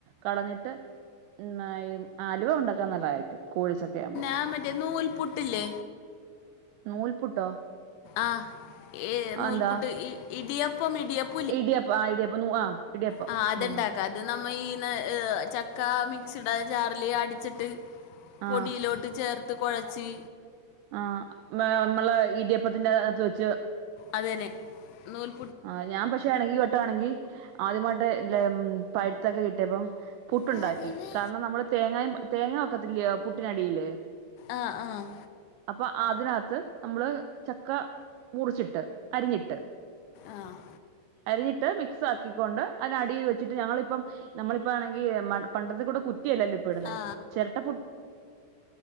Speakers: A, on the right (about 85°); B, on the left (about 80°).
A: കളഞ്ഞിട്ട് ട്ട് ന്നാൽ ഈ അലുവ ഉണ്ടാക്കാൻ നല്ലതായിരിക്കും കോഴച്ചക്ക ആവുമ്പോ
B: ആഹ്, മറ്റേ നൂൽ പുട്ടില്ലേ
A: നൂൽപുട്ടോ?
B: ആഹ്, ഏഹ് നൂൽപുട്ട്
A: അതെന്താ
B: ഇ ഇടിയപ്പം ഇടിയപ്പം
A: ഇടിയപ്പം ആഹ് ഇടിയപ്പം നൂ ആ ഇടിയപ്പ
B: ആ അതുണ്ടാക്കാം
A: ഉം
B: അത് നമ്മൾഈ ചക്ക മിക്സിടെ ജാറില് അടിച്ചിട്ട്
A: ആ
B: പൊടിയിലോട്ട് ഇട്ട് ചേർത്ത് കോഴച്ചി
A: ആഹ് മേ നമ്മളെ ഇടിയപ്പത്തിന്റെ അകത്ത് വെച്ച്
B: അതന്നെ നൂൽ
A: ആഹ് ഞാൻ പക്ഷെ എടക്ക് പെട്ടതാണെങ്കി ആദ്യമായിട്ട്ല്ല പഴുത്തൊക്കെ കിട്ടിയപ്പം പുട്ടുണ്ടാക്കി
B: പതിവ്
A: കാരണം നമ്മള് തേങ്ങ തേങ്ങ വക്കത്തില്ലേ പുട്ടിനടിയില്
B: ആഹ് ആഹ്
A: അപ്പൊ അതിനകത്ത് നമ്മള് ചക്ക മുറിച്ചിട്ട് അരിഞ്ഞിട്ട്
B: ആഹ്
A: അരിഞ്ഞിട്ട് മിക്സ് ആക്കിക്കൊണ്ട് അയ്നടിയിൽ വെച്ചിട്ട് ഞങ്ങളിപ്പം നമ്മളിപ്പ ആണെങ്കി പണ്ടത്തെ കൂടെ കുറ്റിയല്ലല്ലോ ഇപ്പ ഇടുന്നേ
B: ആ
A: ചിരട്ട